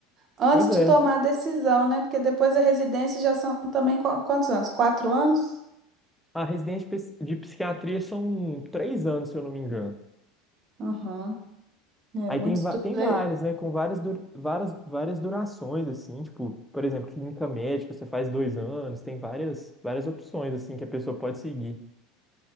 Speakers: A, on the right (about 35°); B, in the centre.
A: antes
B: Pois
A: de
B: é.
A: tomar a decisão, né? Porque depois a residência já são também qua- quantos anos? Quatro anos?
B: A residência de psi- de psiquiatria são três anos, se eu não me engano.
A: Uhum. É
B: Aí
A: muito
B: tem, va-
A: estudo.
B: tem várias,
A: É
B: né? Com várias, dur- várias, várias durações, assim, tipo, por exemplo, clínica médica, você faz dois anos, tem várias, várias opções, assim, que a pessoa pode seguir.